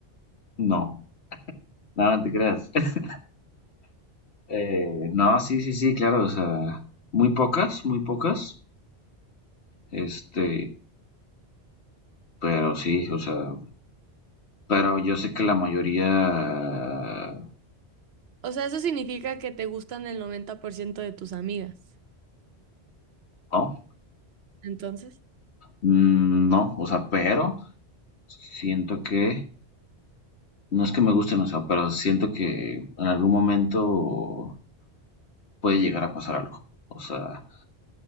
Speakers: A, on the left; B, on the right.
A: no, nada, no te creas. <laughs> Eh, no, sí, sí, sí, claro, o sea, muy pocas, muy pocas, este, pero sí, o sea, pero yo sé que la mayoría
B: O sea, eso significa que te gustan el 90% de tus amigas.
A: no,
B: entonces
A: Mm, No, o sea, pero siento que, no es que me gusten, o sea, pero siento que en algún momento puede llegar a pasar algo. O sea,